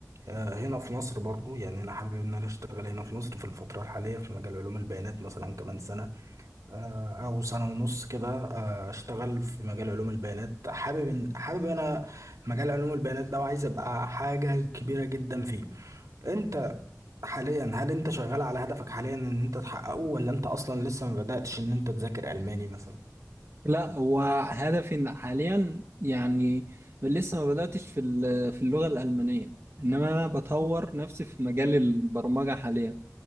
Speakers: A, on the right; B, on the right.
A: آه، هنا في مصر برضو يعني أنا حابب إن أنا أشتغل هنا في مصر في الفترة الحالية في مجال علوم البيانات مثلا كمان سنة آه، أو سنة ونص كده آه، أشتغل في مجال علوم البيانات حابب إن حابب أنا مجال علوم البيانات ده وعايز أبقى حاجة كبيرة جدا فيه أنت حاليا هل أنت شغال على هدفك حاليا إن أنت تحققه ولا أنت أصلا لسه ما بدأتش إن أنت تذاكر ألماني مثلا؟
B: لا هو هدفي إن حاليا يعني لسه ما بدأتش في ال- في اللغة الألمانية إنما أنا بطور نفسي في مجال البرمجة حاليا